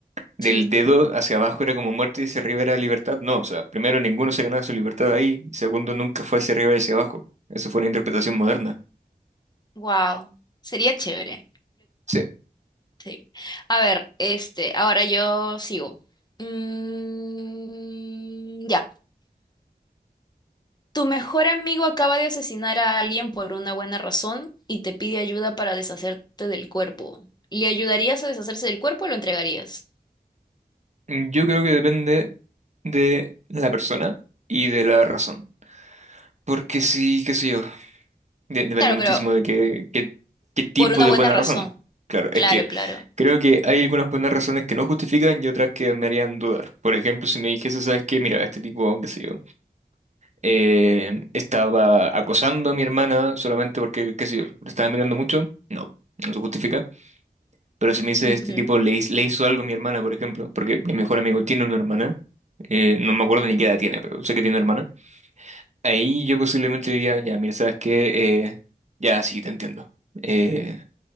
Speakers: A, on the right; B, on the left.
A: del
B: Sí,
A: dedo hacia abajo era como muerte y hacia arriba era libertad. No, o sea, primero ninguno se ganaba su libertad ahí, y segundo nunca fue hacia arriba y hacia abajo. Eso fue una interpretación moderna.
B: wow. Sería chévere.
A: Sí,
B: Sí. A ver, este, ahora yo sigo. Mm, ya. Tu mejor amigo acaba de asesinar a alguien por una buena razón y te pide ayuda para deshacerte del cuerpo. ¿Le ayudarías a deshacerse del cuerpo o lo entregarías?
A: Mm, yo creo que depende de la persona y de la razón. Porque sí, qué sé yo, de- depende
B: Claro,
A: muchísimo
B: pero
A: de qué, qué, qué tipo
B: por una
A: de
B: buena
A: buena
B: razón.
A: razón. Claro, es
B: Claro,
A: que
B: claro.
A: creo que hay algunas buenas razones que no justifican y otras que me harían dudar. Por ejemplo, si me dijese, ¿sabes qué? Mira, este tipo, qué sé yo. eh, estaba acosando a mi hermana solamente porque, qué sé yo, le estaba mirando mucho, no, no se justifica. Pero si me dice
B: Ujú,
A: este tipo le, hiz- le hizo algo a mi hermana, por ejemplo, porque mi mejor amigo tiene una hermana, eh, no me acuerdo ni qué edad tiene, pero sé que tiene una hermana, ahí yo posiblemente diría, ya, mira, ¿sabes qué? Eh, ya, sí, te entiendo. Eh,